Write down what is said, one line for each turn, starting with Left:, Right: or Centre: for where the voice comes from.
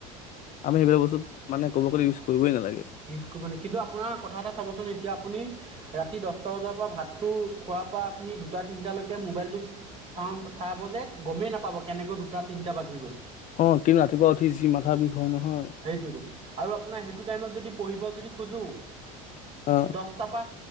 Left: আমি সেইবোৰ বস্তু, মানে কব গ'লে, ইউছ কৰিবই নালাগে।
Right: ইউজ কৰিব নে- কিন্তু আপোনাৰ কথা এটা চাবচোন, এতিয়া আপুনি ৰাতি দশ টা বজাৰ পৰা ভাতটো খোৱাৰ পৰা আপুনি দুটা-তিনিটালৈ কে মোবাইলটো চাওঁ- চাব যে গমেই নাপাব কেনেকৈ দুটা-তিনিটা বা <unintelligible>
Left: হয়। কিন্তু, ৰাতিপুৱা উঠি যি মাথা বিষ হয় নহয়
Right: সেইটোৱেতো । আৰু আপোনাৰ সেইটো টাইমত যদি পঢ়িব যদি খোজোঁ
Left: অ
Right: দশটাৰ পা